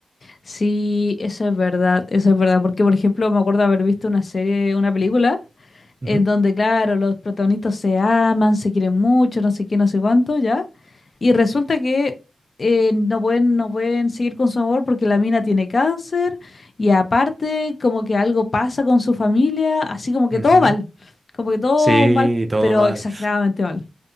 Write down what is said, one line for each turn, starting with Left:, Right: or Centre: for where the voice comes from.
Left: Sí, eso es verdad, eso es verdad, porque por ejemplo me acuerdo haber visto una serie, una película,
Right: Ujú,
Left: en donde claro, los protagonistas se aman, se quieren mucho, no sé qué, no sé cuánto, ¿ya? Y resulta que eh, no pueden, no pueden seguir con su amor porque la mina tiene cáncer y aparte como que algo pasa con su familia, así como que
Right: ujú.
Left: todo mal, como que todo
Right: Sí,
Left: mal,
Right: todo
Left: pero
Right: mal.
Left: exageradamente mal.